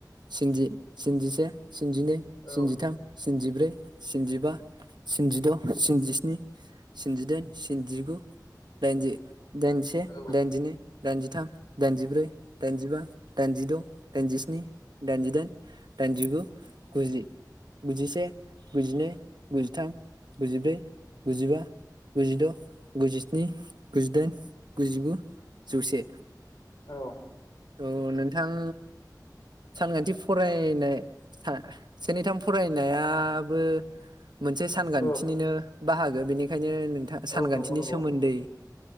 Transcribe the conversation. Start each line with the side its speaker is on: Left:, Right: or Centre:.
Right: स्निजि स्निजिसे स्निजिनै
Left: औ
Right: स्निजिथाम स्निजिब्रै स्निजिबा स्निजिद' स्निजिस्नि स्निजिदाइन स्निजिगु दाइनजि दाइनजि से
Left: औ
Right: दाइनजिनै दाइनजिथाम दाइनजिब्रै दाइनजिबा दाइनजिद' दाइनजिस्नि दाइनजिदाइन दाइनजिगु गुजि गुजिसे गुजिनै गुजिथाम गुजिब्रै गुजिबा गुजिद' गुजिस्नि गुजिदाइन गुजिगु जौसे
Left: औ
Right: औ नोंथां सानखान्थि फरायनाय से नै थाम फरायनायाबो मोनसे सानखान्थिनिनो
Left: औ
Right: बाहागो बेनिखायनो नोंथां सानखान्थिनि
Left: औ नंगौ नंगौ
Right: सोमोन्दै